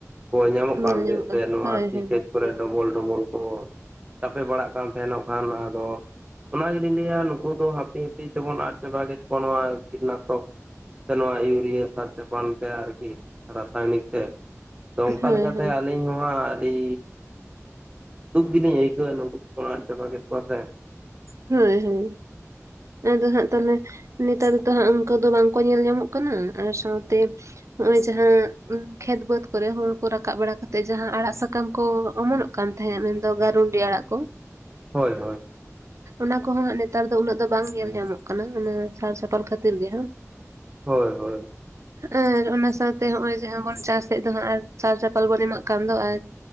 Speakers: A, on the right; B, on the right.
A: ᱦᱳᱭ ᱧᱟᱢᱚᱜ ᱠᱟᱱ
B: ᱧᱮᱞ
A: ᱛᱮ ᱥᱮ ᱱᱚᱣᱟ
B: ᱦᱳᱭ
A: ᱥᱤ
B: ᱦᱳᱭ
A: ᱠᱷᱮᱛ ᱠᱚᱨᱮ ᱰᱚᱵᱚᱞ ᱰᱚᱵᱚᱞ ᱠᱚ ᱪᱟᱯᱮ ᱵᱟᱲᱟᱜ ᱠᱟᱱ ᱛᱟᱦᱮᱱᱚᱜ ᱠᱷᱟᱱ ᱟᱫᱚ ᱚᱱᱟ ᱜᱮᱞᱤᱧ ᱞᱟᱹᱭᱟ ᱱᱩᱠᱩ ᱫᱚ ᱦᱟᱯᱤ ᱦᱟᱯᱤ ᱛᱮᱵᱚᱱ ᱟᱫ ᱪᱟᱵᱟ ᱠᱮᱫ ᱠᱚᱣᱟ ᱱᱚᱣᱟ᱾ <unintelligible> ᱥᱮ ᱱᱚᱣᱟ ᱤᱭᱩᱨᱤᱭᱟᱹ ᱥᱟᱨ ᱪᱟᱯᱟᱱ ᱛᱮ, ᱟᱨᱠᱤ, ᱨᱟᱥᱟᱭᱚᱱᱤᱠ ᱛᱮ᱾ ᱛᱚ ᱚᱱᱠᱟ
B: ᱦᱳᱭ
A: ᱞᱮᱠᱟᱛᱮ
B: ᱦᱳᱭ
A: ᱟᱹᱞᱤᱧ ᱦᱚᱸ ᱦᱟᱸᱜ ᱟᱹᱰᱤ, ᱫᱩᱠ ᱜᱮᱞᱤᱧ ᱟᱹᱭᱠᱟᱹᱣᱟ ᱱᱩᱝᱠᱩ ᱠᱚ ᱟᱫ ᱪᱟᱵᱟ ᱠᱮᱫ ᱠᱚᱣᱟ ᱥᱮ
B: ᱦᱳᱭ ᱦᱳᱭ ᱾ ᱟᱫᱚ ᱦᱟᱸᱜ ᱛᱟᱦᱚᱞᱮ ᱱᱮᱛᱟᱨ ᱫᱚ ᱛᱚ ᱦᱟᱸᱜ ᱚᱱᱠᱟ ᱫᱚ ᱵᱟᱝ ᱠᱚ ᱧᱮᱞ ᱧᱟᱢᱚᱜ ᱠᱟᱱᱟ ᱟᱨ ᱥᱟᱶᱛᱮ ᱱᱚᱜᱼᱚᱭ ᱡᱟᱦᱟᱸ ᱩ ᱠᱷᱮᱛ ᱵᱟᱹᱫᱽ ᱠᱚᱨᱮ ᱦᱩᱲᱩ ᱠᱚ ᱨᱟᱠᱟᱵ ᱵᱟᱲᱟ ᱠᱟᱛᱮᱜ ᱡᱟᱦᱟᱸ ᱟᱲᱟᱜ ᱥᱟᱠᱟᱢ ᱠᱚ ᱚᱢᱚᱱᱚᱜ ᱠᱟᱱ ᱛᱟᱦᱮᱸᱫ ᱢᱮᱱᱫᱚ ᱜᱟᱨᱩᱱᱰᱤ ᱟᱲᱟᱜ ᱠᱚ
A: ᱦᱳᱭ ᱦᱳᱭ ᱾
B: ᱚᱱᱟ ᱠᱚᱦᱚᱸ ᱱᱮᱛᱟᱨ ᱫᱚ ᱩᱱᱟᱹᱜ ᱫᱚ ᱵᱟᱝ ᱧᱮᱞ ᱧᱟᱢᱚᱜ ᱠᱟᱱᱟ ᱥᱟᱨ ᱪᱟᱯᱟᱞ ᱠᱷᱟᱹᱛᱤᱨ ᱜᱮ
A: ᱦᱳᱭ ᱦᱳᱭ ᱾
B: ᱟᱨ ᱚᱱᱟ ᱥᱟᱶᱛᱮ ᱱᱚᱜᱼᱚᱭ ᱡᱟᱦᱟᱸ ᱵᱚᱱ ᱪᱟᱥᱮᱫ ᱫᱚ ᱦᱟᱸᱜ ᱟᱨ ᱪᱟᱞ- ᱪᱟᱯᱟᱞ ᱵᱚᱱ ᱮᱢᱟᱜ ᱠᱟᱱ ᱫᱚ ᱟᱨ